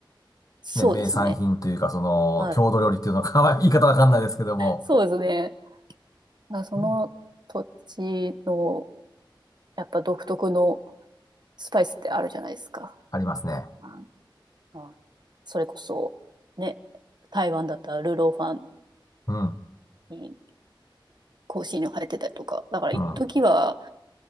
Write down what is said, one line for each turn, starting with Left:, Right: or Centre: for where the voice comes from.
Right: そうですね。
Left: ね、名産品というか、その、
Right: はい。
Left: 郷土料理っていうのか、<laughs> 言い方わかんないですけども、
Right: そうですね。まあその土地の
Left: うん
Right: やっぱ独特のスパイスってあるじゃないですか。
Left: ありますね。
Right: ああそれこそ、ね、台湾だったらルーローファン
Left: うん。
Right: に香辛料入ってたりとか。だから一時は
Left: うん。